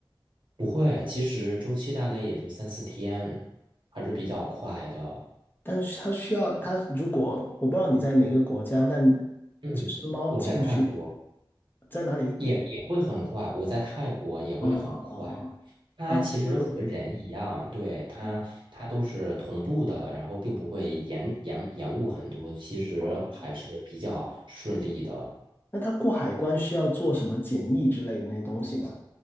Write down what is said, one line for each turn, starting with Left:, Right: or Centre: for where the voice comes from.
Right: 不会，其实周期大概也就三四天，还是比较快的。
Left: 但是它需要它，如果我不知道你在哪个国家，但
Right: 嗯，
Left: 就是猫进去的
Right: 我在泰国
Left: 在哪里？
Right: 也也会很快，我在泰国也会很快。
Left: 哦哦哦哦哦，
Right: 它其实和人一样，
Left: 那就
Right: 对，它它都是同步的，
Left: 嗯
Right: 然后并不会延延延误很多，其实还是比较顺利的。
Left: 哦，那它过海关需要做什么检疫之类的那些东西吗？